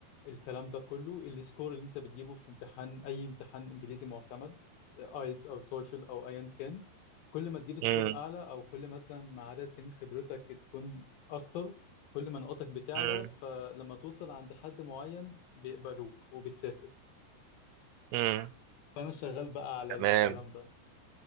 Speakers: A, on the left; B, on the right.
A: الكلام ده كله السكور اللي انت بتجيبه في امتحان اي امتحان انجليزي معتمد ايلتس او تويفل او ايا كان كل ما تجيب سكور
B: امم
A: اعلى او كل مثلا ما عدد سنين خبرتك تكون اكتر كل ما نقطك بتعلى
B: امم
A: فلما توصل عند حد معين بيقبلوك وبتسافر
B: امم
A: فانا شغال بقى على
B: تمام
A: الكلام ده